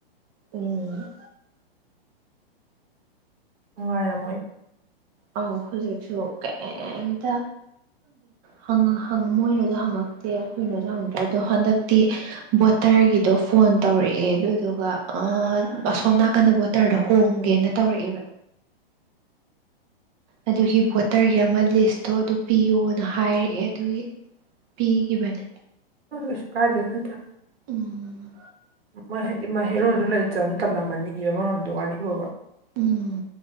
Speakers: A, on the right; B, on the right.
A: ꯎꯝ
B: ꯅꯨꯡꯉꯥꯏꯔꯝꯃꯣꯏ
A: ꯑꯣ ꯍꯧꯖꯤꯛꯁꯨ ꯀꯩꯝꯇ ꯈꯪꯗꯦ ꯃꯣꯏꯅꯁꯨ ꯍꯪꯉꯛꯇꯦ ꯑꯩꯈꯣꯏꯅꯁꯨ ꯍꯪꯗ꯭ꯔꯦ ꯑꯗꯣ ꯍꯟꯗꯛꯇꯤ ꯕꯣꯇꯔꯒꯤꯗꯣ ꯐꯣꯟ ꯇꯧꯔꯛꯑꯦ ꯑꯗꯨꯗꯨꯒ ꯑꯁꯣꯝ ꯅꯥꯀꯟꯗ ꯕꯣ ꯇꯔꯗ ꯍꯣꯝꯒꯦꯅ ꯇꯧꯔꯛꯑꯦꯕ ꯑꯗꯨꯒꯤ ꯚꯣꯇꯔꯒꯤ ꯑꯃ ꯂꯤꯁꯇꯣ ꯑꯗꯨ ꯄꯤꯌꯣꯅ ꯍꯥꯏꯔꯛꯑꯦ ꯑꯗꯨꯒꯤ ꯄꯤꯈꯤꯕꯅꯤ
B: ꯑꯁ ꯀꯥꯏꯗꯩꯅꯣꯗ
A: ꯎꯝ
B: ꯃꯣꯏ ꯍꯥꯏꯗꯤ ꯃꯥꯏ ꯍꯦꯔꯣꯁꯨ ꯂꯩꯇꯅꯤꯅ ꯇꯜꯂꯝꯃꯅꯤꯕ ꯃꯔꯣꯝꯗꯣ ꯋꯥꯔꯤꯕꯨꯕ꯫
A: ꯎꯝ